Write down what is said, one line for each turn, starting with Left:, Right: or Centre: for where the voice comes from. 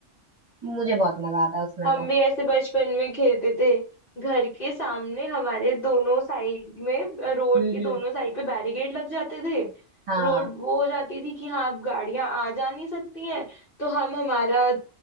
Right: मुझे बहुत मजा आता है उसमें
Left: हम
Right: तो
Left: भी ऐसे बचपन में खेलते थे घर के सामने हमारे दोनों साइड में रोड
Right: हम्म
Left: के
Right: हम्म
Left: दोनों साइड पे बैरिकेड लग जाते थे
Right: हाँ
Left: रोड वो हो जाती थी कि हाँ अब गाड़ियां आ जा नहीं सकती हैं तो हम हमारा